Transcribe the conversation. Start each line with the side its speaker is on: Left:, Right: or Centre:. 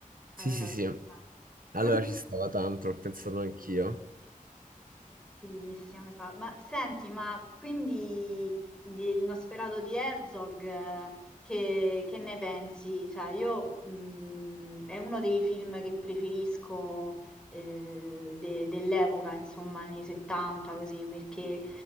Right: Sì,
Centre: Allora
Right: sì, sì.
Centre: ci sta.
Right: Allora
Centre: <laughs>
Right: ci stava tanto, ho pensato anch'io.
Centre: Fighissimo, che sa- ma senti, ma quindi del Nosferatu di Herzog, eh, che, che ne pensi? Cioè, io mh, è uno dei film che preferisco eh, de- dell'epoca, insomma, anni 70, così, perché